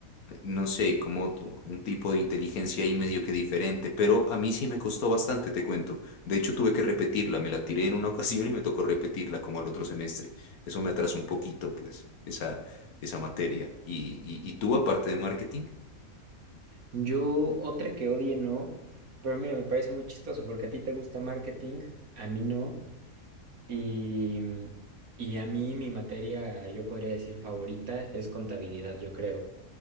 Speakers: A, on the left; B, on the right.
A: no sé, como tu- un tipo de inteligencia ahí medio que diferente, pero a mí sí me costó bastante, te cuento. De hecho, tuve que repetirla, me la tiré en una <laughs> ocasión y me tocó repetirla como al otro semestre. Eso me atrasó un poquito, pues, esa, esa materia. Y, y, y tú, aparte de marketing,
B: yo otra que odie no, pero mira, me parece muy chistoso porque a ti te gusta marketing, a mí no. Y, y a mí mi materia, yo podría decir favorita, es contabilidad, yo creo.